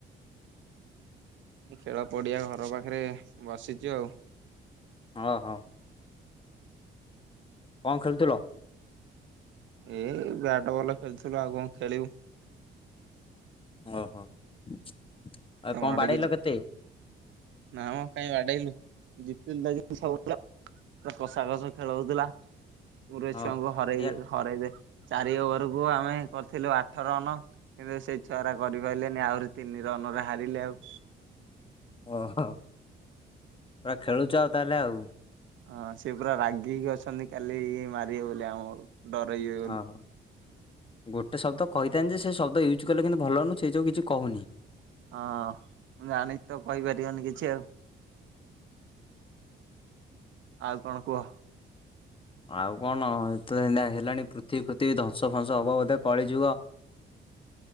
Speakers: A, on the right; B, on the left.
A: ଖେଳ ପଡିଆ ଘର ପାଖରେ ବସିଚୁ ଆଉ।
B: ଅହ କଣ ଖେଳୁଥିଲ?
A: ଏଇ ବ୍ୟାଟ ବଲ ଖେଳୁଥିଲୁ ଆଉ କଣ ଖେଳିବୁ,
B: ଓହୋ ଆଉ
A: ତମ
B: କଣ
A: ଆଡେ
B: ବାଡ଼େଇଲ
A: କିଛି
B: କେତେ?
A: ନା ମ କାଇଁ ବାଡେଇଲୁ <unintelligible> ସବୁ ପିଲା ପୁରା କଷା କଷି ଖେଳ ହଉଥିଲା। ପୁରୀ
B: ଓହୋ
A: ଛୁଆଙ୍କୁ ହରେଇ
B: ଇଆଡ
A: ଦେ ହରେଇ ଦେ। ଚାରି ଓଭରକୁ ଆମେ କରିଥିଲୁ ଆଠ ରନ। କିନ୍ତୁ ସେ ଛୁଆଗୋରା କରିପାରିଲେନି ଆହୁରି ତିନି ରନରେ ହାରିଲେ ଆଉ।
B: ଓ ହଁ ପା ଖେଳୁଚ ତାହେଲେ ଆଉ।
A: ହଁ ସେ ପୁରା ରାଗିକି ଅଛନ୍ତି କାଲି ମାରିବେ ବୋଲି ଆମକୁ। ଡରେଇବେ ବୋଲି
B: ହଁ ହଁ। ଗୋଟେ ଶବ୍ଦ କହିଥାନ୍ତି ଯେ ସେ ଶବ୍ଦ ୟୁଜ୍ କଲେ କିନ୍ତୁ ଭଲ ନୁଅ ସେ ଯୋଉ କିଛି କହୁନି।
A: ହଁ ମୁଁ ଜାଣିକି ତ କହିପାରିବନି କିଛି ଆଉ। ଆଉ କଣ କୁହ?
B: ଆଉ କଣ ଏ ହେଲାଣି ପୃଥିବୀ ପୃଥିବୀ ଧ୍ୱଂସ ଫଂସ ହବ ବୋଧେ କଳି ଯୁଗ